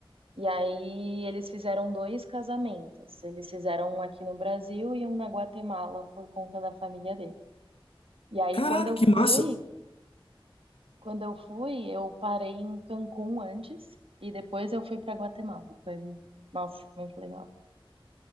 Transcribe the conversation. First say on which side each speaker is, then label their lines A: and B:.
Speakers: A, on the right; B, on the left.
A: E aí eles fizeram dois casamentos. Eles fizeram um aqui no Brasil e um na Guatemala por conta da família dele. E aí,
B: Caraca,
A: quando eu
B: que
A: fui
B: massa!
A: Quando eu fui, eu parei em Cancún antes e depois eu fui para Guatemala. Foi, nossa, muito legal.